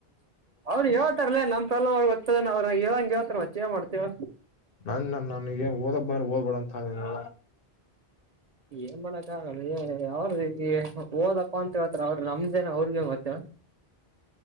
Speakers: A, on the right; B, on the left.
A: ಅವರು ಹೇಳ್ತಾರಲ್ಲೇ ನಮ್ ಪ್ರಲ ಗದ್ತದ ಅವ್ರ ಹೇಳಂಗ ಹೇಳ್ತಾರ ಮತ್ತೇ ಮಾಡ್ತೇವ
B: ನನ್ ನನ್ ನನ್ಗನ್ ಓದಕ್ ಮ ಓದ್ಬೇಡಂತ ಅನ
A: ಏನ್ ಮಾಡಕ್ ಆಗಲ್ ಅವ್ರ ಓದಪ್ಪಾ ಅಂತ ಹೇಳತ್ರ ಅವ್ರಿ ನಮ ಅನ ಅವ್ರಿಗೆ ಮತೇವ